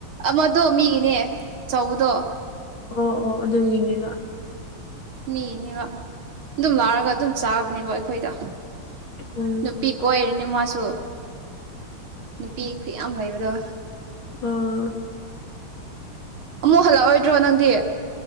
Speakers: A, on the right (about 85°); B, on the left (about 80°).
A: ꯑꯃꯗꯣ ꯃꯤꯒꯤꯅꯦ ꯆꯗꯣ
B: ꯑꯣ ꯑꯣ ꯑꯗꯨꯒꯤꯅꯦꯕ
A: ꯃꯤꯅꯦꯕ ꯑꯗꯨꯝ ꯂꯥꯛꯑꯒ ꯑꯗꯨꯝ ꯆꯥꯕꯅꯦꯕ ꯑꯩꯈꯣꯏꯗ
B: ꯎꯝ
A: ꯅꯨꯄꯤ ꯀꯣꯏꯔꯅꯤ ꯃꯥꯁꯨ ꯅꯨꯄꯤ ꯈꯨꯌꯥꯝ ꯂꯩꯕꯗꯣ
B: ꯑꯥ
A: ꯑꯃꯨꯛ ꯍꯜꯂꯛꯑꯣꯏꯗ꯭ꯔꯣ ꯅꯪꯗꯤ